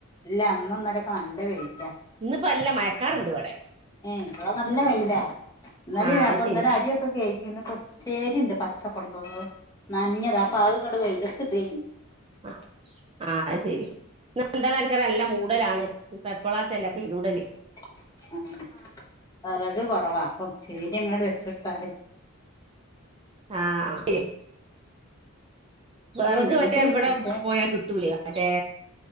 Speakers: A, on the left (about 15°); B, on the right (about 25°).
A: ഇല്ല ഇന്നും ഇന്നലൊക്കെ നല്ല വെയിലാ
B: ഇന്ന്പ്പോ നല്ല മയക്കാറ്ണ്ട് ഇവടെ
A: ഏയ് ഇപടെ നല്ല വെയിലാ ഇന്നലെ
B: ആഹ്
A: ഞാപ്പൊ
B: അത് ശരി
A: ഇന്നലെ അരിയൊക്കെ കെഴുകീന്ന്പ്പോ പേരിണ്ട് പച്ച കൊണ്ടോന്നത് നനഞ്ഞതാ അപ്പ അത്ങട് വെയിലത്തിടെയ്നി
B: അഹ് ആഹ് ആത് ശരി ഇന്നന്താ <unintelligible> നല്ല മൂടലാണ് ഇപ്പൊ എപ്പളാച്ചല്ല പെയ്തൂടല്
A: ആഹ് വെറക് കൊറവാ അപ്പൊ ച്ചീതിയങ്ങട് വെച്ചൊടുത്താല്
B: ആഹ് വെറക്
A: ഇണ്ട്
B: മറ്റേ ഇവടെ
A: പക്ഷെ
B: പോയാ കിട്ടൂലേ മറ്റേ